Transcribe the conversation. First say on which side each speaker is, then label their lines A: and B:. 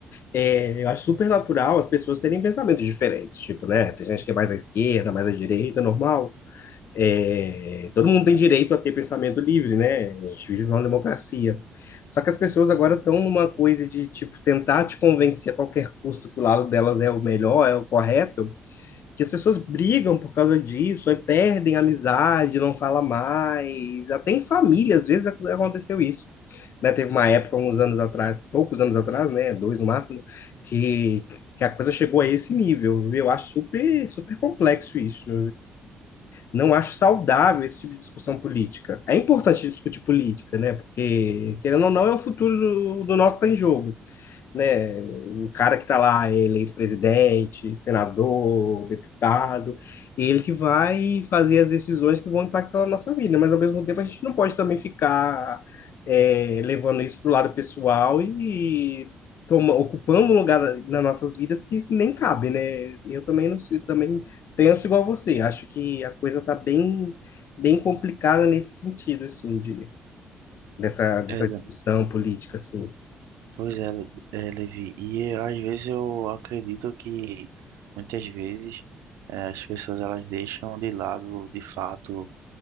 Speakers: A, on the left (about 60°); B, on the right (about 80°).
A: É, eu acho super natural as pessoas terem pensamentos diferentes, tipo, né? Tem gente que é mais à esquerda, mais à direita, normal. É, todo mundo tem direito a ter pensamento livre, né? A gente vive numa democracia. Só que as pessoas agora estão numa coisa de, tipo, tentar te convencer a qualquer custo que o lado delas é o melhor, é o correto, que as pessoas brigam por causa disso, aí perdem a amizade, não fala mais. Até em família, às vezes, ac- aconteceu isso. Né? Teve uma época, uns anos atrás, poucos anos atrás, né? Dois no máximo, que, que a coisa chegou a esse nível. Eu acho super, super complexo isso. Não acho saudável esse tipo de discussão política. É importante discutir política, né? Porque, querendo ou não, é o futuro do, do nosso que está em jogo né? O cara que está lá é eleito presidente, senador, deputado, ele que vai fazer as decisões que vão impactar a nossa vida, mas ao mesmo tempo a gente não pode também ficar é, levando isso para o lado pessoal e toma, ocupando um lugar nas nossas vidas que nem cabe, né? Eu também não sei, também penso igual a você, acho que a coisa está bem, bem complicada nesse sentido, assim, de, dessa, dessa
B: né?
A: discussão política, assim.
B: Pois é, Le- é, Levi. E às vezes eu acredito que muitas vezes eh, as pessoas elas deixam de lado de fato